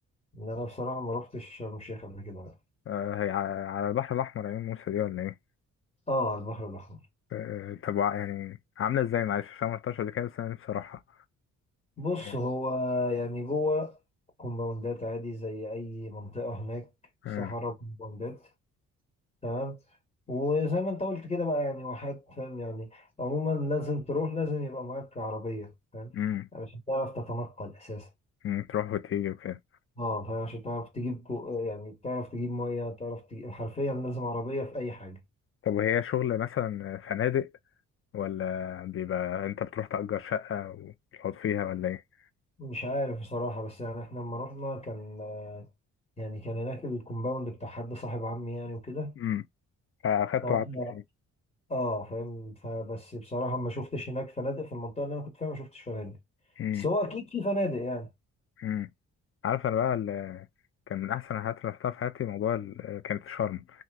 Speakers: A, on the left; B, on the left.
A: إن انا بصراحه ما روحتش شرم الشيخ قبل كده
B: آه، هي ع- على البحر الأحمر عيون موسى دي ولا إيه؟
A: اه على البحر الاحمر
B: آه، طب وع- يعني عاملة ازاي معلش عشان ما رحتهاش قبل كده بس انا نفسي اروحها
A: بص
B: يعني
A: هو يعني جوه كومباوندات عادي زي اي منطقه هناك صحراء
B: آه،
A: كومباوندات تمام وزي ما انت قلت كده بقى يعني واحات فاهم يعني عموما لازم تروح لازم يبقى معاك عربيه فاهم
B: مم،
A: علشان تعرف تتنقل اساسا
B: مم، تروح وتيجي وكده
A: اه فاهم عشان تعرف تجيب كو... يعني تعرف تجيب ميه تعرف تجيب حرفيا لازم عربيه في اي حاجه
B: طب وهي شغل مثلا فنادق ولا بيبقى انت بتروح تأجر شقة وتقعد فيها ولا ايه؟
A: مش عارف بصراحة بس يعني احنا لما رحنا كان يعني كان هناك الكومباوند بتاع حد صاحب عمي يعني وكده
B: مم. فأخدت
A: فهم
B: وقعدت فيه
A: اه فاهم فبس بصراحة ما شفتش هناك فنادق في المنطقة اللي انا كنت فيها ما شفتش فنادق
B: مم،
A: بس هو اكيد في فنادق يعني
B: مم. عارف انا بقى ال- كان من احسن الحاجات اللي رحتها في حياتي موضوع ال- كانت شرم